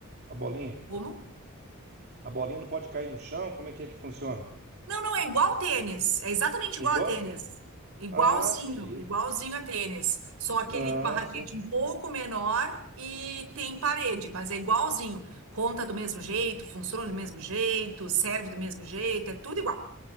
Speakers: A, on the right (about 50°); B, on the right (about 80°).
A: a bolinha.
B: como?
A: A bolinha não pode cair no chão? Como é que é que funciona?
B: Não, não, é igual tênis. É exatamente
A: Igual
B: igual a tênis.
A: o tênis.
B: Igualzinho,
A: Ah, entendi.
B: igualzinho a tênis. Só que
A: Ah,
B: ele com uma raquete
A: sim.
B: um pouco menor e tem parede, mas é igualzinho. Conta do mesmo jeito, funciona do mesmo jeito, serve do mesmo jeito, é tudo igual.